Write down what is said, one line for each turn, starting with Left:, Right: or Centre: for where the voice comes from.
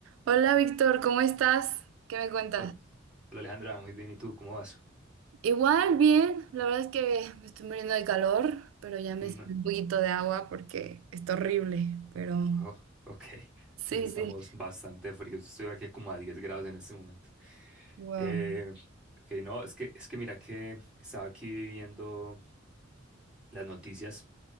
Right: Hola Víctor, ¿cómo estás? ¿Qué me cuentas?
Centre: Hol- Hola Alejandra, muy bien. ¿Y tú cómo vas?
Right: Igual, bien, la verdad es que me estoy muriendo de calor, pero ya me
Centre: Mm,
Right: sirve un poquito de agua porque está horrible, pero
Centre: oh, ok,
Right: sí,
Centre: aquí sí estamos
Right: sí,
Centre: bastante fríos. Yo estoy aquí como a 10 grados en este momento.
Right: wow.
Centre: Eh, ok, no, es que, es que mira que estaba aquí viendo las noticias